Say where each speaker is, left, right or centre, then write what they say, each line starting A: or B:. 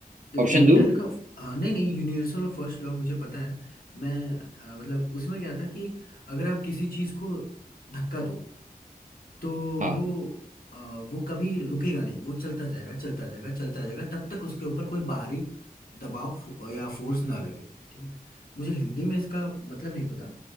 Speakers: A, on the left (about 70°); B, on the right (about 55°).
A: द-
B: ऑप्शन
A: न्यूटन
B: दो
A: का हाँ नहीं नहीं यूनिवर्सल और फर्स्ट लॉ मुझे पता है मैं अ, मतलब उसमें क्या था कि अगर आप किसी चीज को धक्का दो तो
B: हाँ
A: वो अ, वो कभी रुकेगा नहीं वो चलता जाएगा चलता जाएगा चलता जाएगा तब तक उसके ऊपर कोई बाहरी दबाव फो- या फोर्स ना लगे ठीक है मुझे हिंदी में इसका मतलब नहीं पता